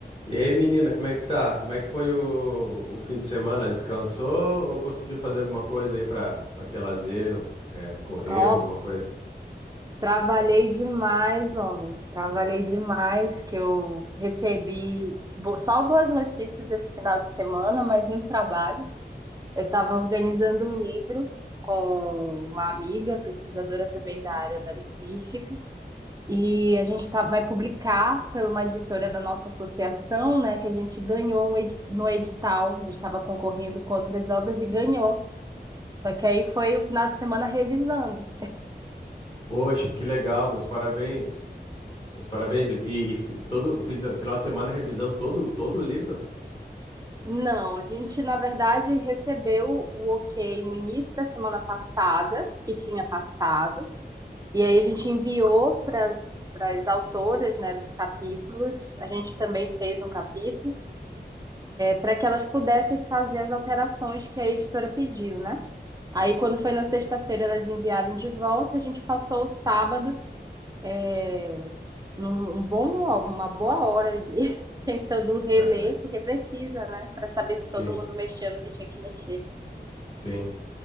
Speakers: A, on the left; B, on the right.
A: E aí, menina, como é que tá? Como é que foi o, o fim de semana? Descansou ou conseguiu fazer alguma coisa aí pra, pra ter lazer, ou, é, correr,
B: Nossa,
A: alguma coisa?
B: trabalhei demais, homem. Trabalhei demais, que eu recebi bo- só boas notícias esse final de semana, mas muito trabalho. Eu estava organizando um livro com uma amiga, pesquisadora também da área da linguística, e a gente tá, vai publicar pela uma editora da nossa associação, né, que a gente ganhou um edi- no edital. A gente estava concorrendo com outras obras e ganhou. Só que aí foi o final de semana revisando.
A: Poxa, que legal, meus parabéns. Meus parabéns. E, e- e fi- todo o fim de se- final de semana revisando todo, todo o livro?
B: Não, a gente, na verdade, recebeu o ok no início da semana passada, que tinha passado, e aí a gente enviou para as autoras, né, dos capítulos, a gente também fez um capítulo, para que elas pudessem fazer as alterações que a editora pediu, né?
A: Uhum.
B: Aí, quando foi na sexta-feira, elas enviaram de volta, a gente passou o sábado é, um, um bom, uma boa hora ali, <laughs> tentando reler,
A: Caraca.
B: porque precisa, né? Para saber
A: Sim,
B: se todo mundo mexendo o que tinha que mexer.
A: sim.